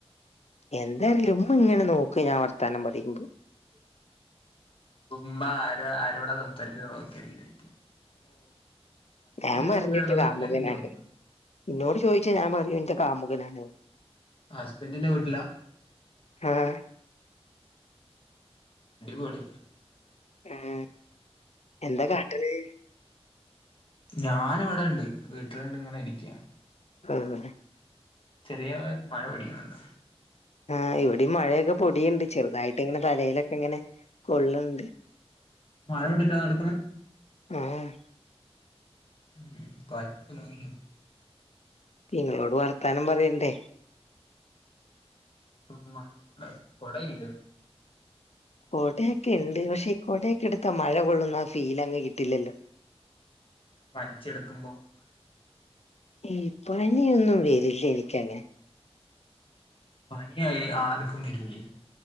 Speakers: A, on the left; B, on the left.
A: എന്താറില്ല ഉമ്മങ്ങനെ നോക്കും ഞാൻ വർത്താനം പറയുമ്പോ
B: ഉമ്മ ആര ആരോടാ സംസാരിക്കുന്നത് നോക്കായിരിക്കും
A: ഞാൻ പർഞ്
B: വീട്ടിലാ
A: ഇന്റെ
B: ഉള്ളത്
A: കാമുകനാണ്
B: അല്ലെ നിന്റെ വീട്ടിലോ
A: ഇന്നോട് ചോയ്ച്ചാ ഞാൻ പറയും ഇന്റെ കാമുകനാണ്ന്ന്
B: ഹസ്ബന്റിന്റെ വീട്ടിലാ?
A: ആഹ്
B: അടിപൊളി
A: ആഹ് എന്താ കാട്ട്ണ്?
B: ഞാന് ഇവടെണ്ട് വീട്ടില്ണ്ട് ഇങ്ങനെ ഇരിക്ക
A: <unintelligible>
B: ചെറിയ മഴ പെയ്യ്ന്ണ്ട്
A: ആ ഇവിടിം മഴയൊക്കെ പൊടിണ്ട് ചെർതായിട്ട് ഇങ്ങനെ തലിലൊക്കെ ഇങ്ങനെ കൊള്ള്ണ്ട്.
B: മഴ കൊണ്ടിട്ടാ നടക്ണ്
A: ആഹ്
B: <unintelligible>
A: ഇങ്ങളോട് വർത്താനം പറയണ്ടേ?
B: <unintelligible> കൊടഇല്ലേ?
A: കോടയൊക്കെ ഇണ്ട് പക്ഷേ ഈ കോടയൊക്കെ എടുത്താ മഴ കൊള്ളുന്ന ആ ഫീലങ്ങ് കിട്ടില്ലല്ലോ.
B: പനിച്ച് കിടക്കുമ്പോ അറിയും
A: ഉം പനിയൊന്നും വരില്ല എനിക്കങ്ങനെ
B: പനിയായി ആർക്കും വരൂല്ലേ?